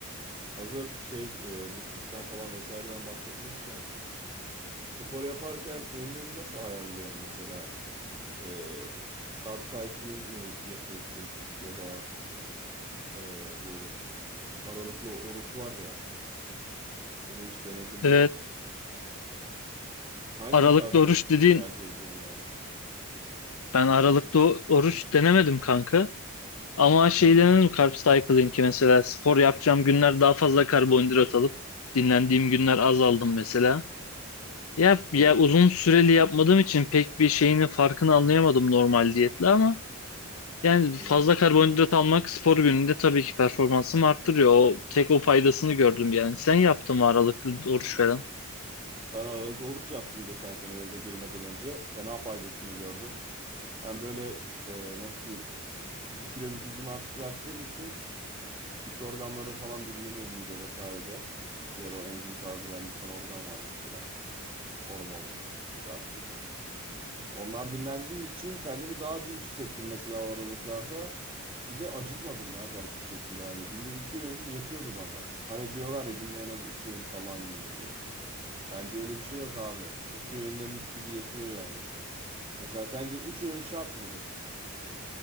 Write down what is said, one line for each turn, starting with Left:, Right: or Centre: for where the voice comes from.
Right: Hazır şey e, bu sütten falan vesaireden bahsetmişken spor yaparken öğünlerini nasıl ayarlıyorsun mesela? E, carb cycling mi yapıyorsun ya da e, bu aralıklı oruç var ya onu hiç denedin mi?
Left: Evet
Right: Hangi
Left: aralıklı
Right: tarz
Left: oruç
Right: diyet
Left: dediğin
Right: tercih ediyorsun yani?
Left: ben aralıklı o- oruç denemedim kanka. Ama şey
Right: Hı hı.
Left: denedim carb cycling'i mesela spor yapacağım günler daha fazla karbonhidrat alıp dinlendiğim günler az aldım mesela. Ya,
Right: Evet.
Left: ya uzun süreli yapmadığım için pek bir şeyini farkını anlayamadım normal diyetle ama Yani
Right: Hı
Left: fazla
Right: hı.
Left: karbonhidrat almak spor gününde tabii ki performansımı arttırıyor. O tek o faydasını gördüm yani. Sen yaptın mı aralıklı oruç falan?
Right: Ben aralıklı oruç yaptım geçen sene yaza girmeden önce. Fena faydasını gördüm. Hem böyle e, nasıl diyeyim bir süre vücudunu aç bıraktığın için iç organları falan dinleniyor mide vesaire. Diğer o enzim salgılayan bir ton organ var mesela. Hormon, cacuk. Onlar dinlendiği için kendimi daha dinç hissettim mesela o aralıklarda. Bir de acıkmadım ya garip bir şekilde hani günde iki öğün yetiyordu bana. Hani diyorlar ya günde en az üç öğün falan yiyin diye. Bence öyle bir şey yok abi. İki öğün de mis gibi yetiyor yani. Mesela sence üç öğün şart mıdır?